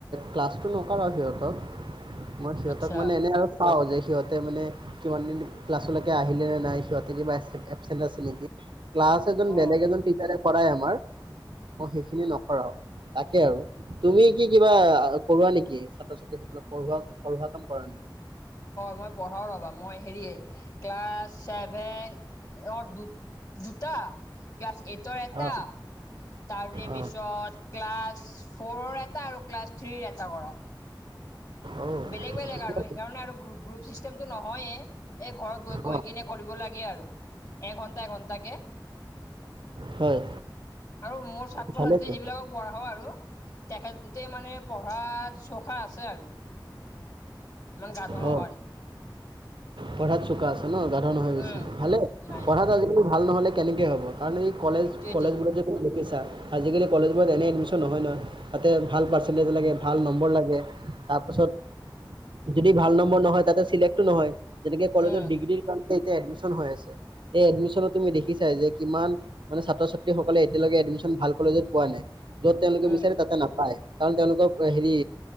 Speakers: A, on the right; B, on the left.
A: ক্লাছটো নকৰো আৰু সিহঁতক মই সিহঁতক
B: আচ্ছা
A: মানে এনেই আৰু চাওঁ যে সিহঁতে মানে কিমানদিন ক্লাছলৈকে আহিলে নে নাই সিহঁতে কিবা এ এবচেণ্ট আছে নেকি ক্লাছ এজন
B: অ।
A: বেলেগ এজন টিচাৰে কৰাই আমাৰ অ <unintelligible> সেইখিনি নকৰাও তাকে আৰু তুমি কি কিবা কৰোৱা নেকি ছাত্ৰ ছাত্ৰী সকলক পঢ়োৱা পঢ়োৱা কাম কৰা নেকি?
B: মই পঢ়াও ৰবা মই হেৰি ক্লাছ <unintelligible> েনৰ <unintelligible> দু দুটা ক্লাছ এইটৰ এটা
A: অ
B: তাৰে
A: অ
B: পিছত ক্লাছ ফ'ৰৰ এটা আৰু ক্লাছ থ্ৰীৰ এটা কৰাও
A: অ
B: বেলেগ বেলেগ
A: ঠিকে
B: আৰু
A: আছে
B: সেইকাৰণে আৰু গ্ৰুপ চিষ্টেমটো নহয়ে এই ঘৰত গৈ গৈ
A: অ
B: কিনে কৰিব লাগে আৰু এঘণ্টা এঘণ্টা কে
A: হয়
B: আৰু মোৰ ছাত্ৰ-ছাত্ৰী
A: ভালেতো
B: যিবিলাকক পঢ়াও আৰু। তেখেতে মানে পঢ়াত চখা আছে আৰু। ইমান গাধ নহয়।
A: অ পঢ়াত চোকা আছে ন গাধ নহয় বেছি
B: উম
A: ভালে
B: নাই
A: পঢ়াত আজিকালি ভাল নহলে কেনেকৈ হ'ব কাৰণ এই কলেজ
B: সেইটোয়েতো
A: কলেজবোৰত যদি <unintelligible> দেখিছা। আজিকালি কলেজবোৰত এনেই এডমিশন নহয়, নহয় তাতে ভাল পাৰ্চেন্টেজ লাগে ভাল নম্বৰ লাগে। তাৰপাছত যদি ভাল নম্বৰ নহয় তাতে চিলেক্ট নহয় যেনেকে কলেজত
B: উম
A: ডিগ্ৰী। এতিয়া এডমিশন হৈ আছে এই এডমিশনত তুমি দেখিছাই যে কিমান মানে ছাত্ৰ ছাত্ৰী সকলে এতিয়ালৈকে ন <unintelligible> ভাল কলেজত পোৱা নাই য'ত তেওঁলোকে
B: উম
A: বিচাৰে তাতে নাপায়। কাৰণ তেওঁলোকৰ হেৰি